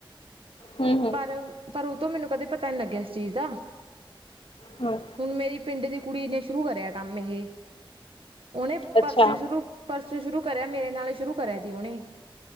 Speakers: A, on the left; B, on the right.
A: ਹਮ ਹਮ
B: ਪਰ ਪਰ ਤੋਂ ਮੈਨੂੰ ਕਦੇ ਪਤਾ ਨੀ ਲੱਗਿਆ ਇਸ ਚੀਜ਼ ਦਾ
A: ਹਮ
B: ਹੁਣ ਮੇਰੀ ਪਿੰਡ ਦੀ ਕੁੜੀ ਨੇ ਸ਼ੁਰੂ ਕਰਿਆ ਕੰਮ ਇਹ ਉਹਨੇ
A: ਅੱਛਾ
B: ਪਰਸੋਂ ਸ਼ੁਰੂ ਪਰਸੋਂ ਸ਼ੁਰੂ ਕਰਿਆ ਮੇਰੇ ਨਾਲ ਸ਼ੁਰੂ ਕਰਿਆ ਸੀ ਉਹਨੇ